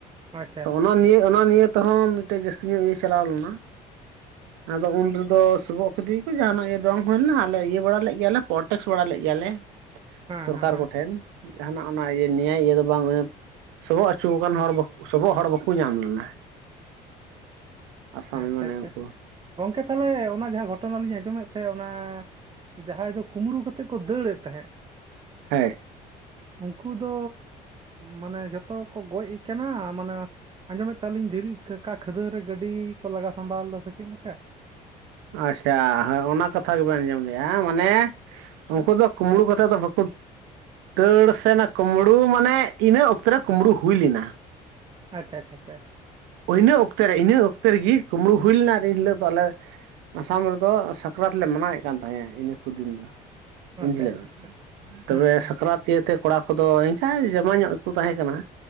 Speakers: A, on the right; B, on the right.
A: ᱟᱪᱪᱷᱟ
B: ᱛᱚ ᱚᱱᱟ ᱱᱤᱭᱮ ᱚᱱᱟ ᱱᱤᱭᱮ ᱛᱮᱦᱚᱸ ᱢᱤᱫᱴᱮᱜ ᱡᱟᱹᱥᱛᱤ ᱧᱚᱜ ᱤᱭᱟᱹ ᱪᱟᱞᱟᱣ ᱞᱮᱱᱟ, ᱟᱫᱚ ᱩᱱ ᱨᱮᱫᱚ ᱥᱚᱵᱚᱜ ᱠᱮᱫᱮᱭᱟ ᱠᱚ ᱡᱟᱦᱟᱱᱟᱜ ᱜᱮ ᱫᱚᱝ, ᱵᱟᱹᱱᱩᱜᱼᱟ ᱟᱞᱮ ᱤᱭᱟᱹ ᱵᱟᱲᱟ ᱞᱮᱫ ᱜᱮᱭᱟᱞᱮ ᱯᱚᱞᱴᱮᱠᱥ ᱵᱟᱲᱟ ᱞᱮᱫ ᱜᱮᱭᱟᱞᱮ
A: ᱦᱮᱸ
B: ᱥᱚᱨᱠᱟᱨ
A: ᱦᱮᱸ ᱦᱮᱸ
B: ᱠᱚᱴᱷᱮᱱ᱾ ᱡᱟᱦᱟᱱᱟᱜ ᱚᱱᱟ ᱤᱭᱟᱹ ᱱᱤᱭᱟᱹᱭ ᱤᱭᱟᱹ ᱫᱚ ᱵᱟᱝ ᱦᱩᱭᱩᱜ ᱥᱚᱵᱚᱜ ᱚᱪᱚ ᱟᱠᱟᱱ ᱦᱚᱲ ᱵᱟ ᱥᱚᱵᱚᱜ ᱦᱚᱲ ᱵᱟᱠᱚ ᱧᱟᱢ ᱞᱮᱱᱟ᱾ ᱟᱥᱟᱢᱤ
A: ᱟᱪᱪᱷᱟ
B: ᱢᱟᱱᱮ
A: ᱟᱪᱪᱷᱟ
B: ᱩᱱᱠᱩ
A: ᱚᱝ ᱜᱚᱝᱠᱮ ᱛᱟᱦᱚᱞᱮ ᱚᱱᱟ ᱡᱟᱦᱟᱸ ᱜᱷᱚᱴᱚᱱᱟ ᱞᱤᱧ ᱟᱸᱡᱚᱢᱮᱫ ᱛᱟᱦᱮᱸ ᱚᱱᱟ, ᱡᱟᱦᱟᱸᱭ ᱫᱚ ᱠᱩᱢᱵᱽᱲᱩ ᱠᱟᱛᱮᱜ ᱠᱚ ᱫᱟᱹᱲᱮᱫ ᱛᱟᱦᱮᱸᱫ
B: ᱦᱮᱸ
A: ᱩᱱᱠᱩ ᱫᱚ ᱢᱟᱱᱮ ᱡᱷᱚᱛᱚ ᱠᱚ ᱜᱚᱡ ᱟᱠᱟᱱᱟ ᱢᱟᱱᱮ ᱟᱸᱡᱚᱢᱮᱫ ᱛᱟᱦᱮᱞᱤᱧ ᱫᱷᱮᱤᱨᱤ ᱠᱟᱠᱟ ᱠᱷᱟᱹᱫᱟᱹᱨ ᱨᱮ ᱜᱟᱹ ᱰᱤ ᱠᱚ ᱞᱟᱜᱟ ᱥᱟᱢᱵᱟᱣ ᱞᱮᱫᱟ ᱥᱮ ᱪᱮᱫ ᱞᱮᱠᱟ
B: ᱟᱪᱪᱷᱟ ᱦᱳᱭ ᱚᱱᱟ ᱠᱟᱛᱷᱟ ᱜᱮᱵᱮᱱ ᱟᱸᱡᱚᱢ ᱞᱮᱼᱟ ᱢᱟᱱᱮ ᱩᱱᱠᱩ ᱫᱚ ᱠᱩᱢᱵᱽᱲᱩ ᱠᱟ ᱠᱟᱛᱮᱮᱫ ᱫᱚ ᱵᱟᱠᱚ ᱫᱟᱹᱲ ᱥᱮ ᱚᱱᱟ ᱠᱩᱢᱵᱽᱲᱩ ᱢᱟᱱᱮ ᱤᱱᱟᱹ ᱚᱠᱛᱚ ᱨᱮ ᱠᱩᱳᱢᱵᱽᱲᱩ ᱦᱩᱭ ᱞᱮᱱᱟ
A: ᱟᱪᱷᱟ ᱪᱷᱟ ᱪᱷᱟ
B: ᱤᱱᱟᱹ ᱚᱠᱛᱮ ᱨᱮ ᱤᱱᱟᱹ ᱚᱠᱛᱮ ᱨᱮᱜᱮ ᱠᱩᱢᱵᱽᱲᱩ ᱦᱩᱭ ᱞᱮᱱᱟ ᱮᱱᱦᱤᱞᱳᱜ ᱛᱟᱦᱚᱞᱮ ᱟᱥᱟᱢ ᱨᱮᱫᱚ ᱥᱟᱠᱨᱟᱛ ᱞᱮ ᱢᱟᱱᱟᱣᱮᱫ ᱠᱟᱱ ᱛᱟᱦᱮᱸᱱᱟ ᱤᱱᱟᱹ ᱠᱚ ᱫᱤᱱ ᱫᱚ ᱮᱱ
A: ᱟᱪᱪᱷᱟ
B: ᱦᱤᱞᱳᱜ
A: ᱟᱪᱪᱷᱟ
B: ᱫᱚ
A: ᱟᱪᱪᱷᱟ
B: ᱛᱚᱵᱮ
A: ᱦᱩᱸ ᱦᱩᱸ
B: ᱥᱟᱠᱨᱟᱛ ᱤᱭᱟᱹᱛᱮ ᱠᱚᱲᱟ ᱠᱚᱫᱚ ᱮᱱᱠᱟᱱ ᱡᱚᱢᱟ ᱧᱚᱜ ᱜᱮᱠᱚ ᱛᱟᱦᱮᱸ ᱠᱟᱱᱟ